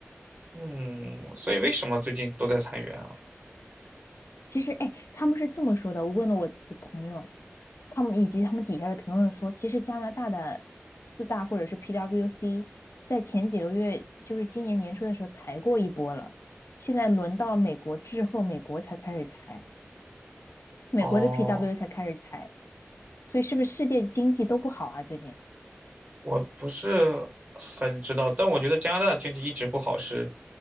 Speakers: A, on the right; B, on the left.
A: 嗯，所以为什么最近都在裁员啊？
B: 其实，哎，他们是这么说的，我问了我的朋友，他们以及他们底下的评论说，其实加拿大的四大或者是 PWC 在前几个月，就是今年年初的时候裁过一波了，现在轮到美国之后，美国才开始裁，美国的
A: 哦，
B: PW 才开始裁，所以是不是世界经济都不好啊？最近？
A: 我不是很知道，但我觉得加拿大的经济一直不好是，